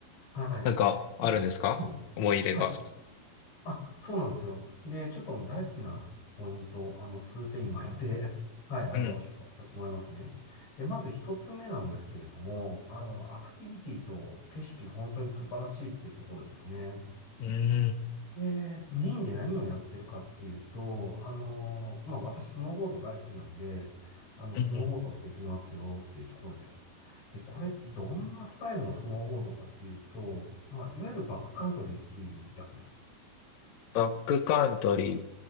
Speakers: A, on the left; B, on the left.
A: はい。
B: なんかあるんですか思い入れが。
A: うんはい。あ、そうなんですよ。で、ちょっと大好きなポイントを、あの、数点に分けて、<laughs> はい、あの、
B: うん。
A: 紹介させてもらいますね。で、まず一つ目なんですけれども、あの、アクティビティと景色、本当に素晴らしいっていうところですね。
B: うーん。
A: で、メインで何をやってるかっていうと、あの、まあ、私、スノーボード大好きなんで、あの、
B: うんうん。
A: スノーボードできますよっていうところです。で、これ、どんなスタイルのスノーボードかっていうと、まあ、いわゆるバックカントリーっていうやつです。
B: バックカントリー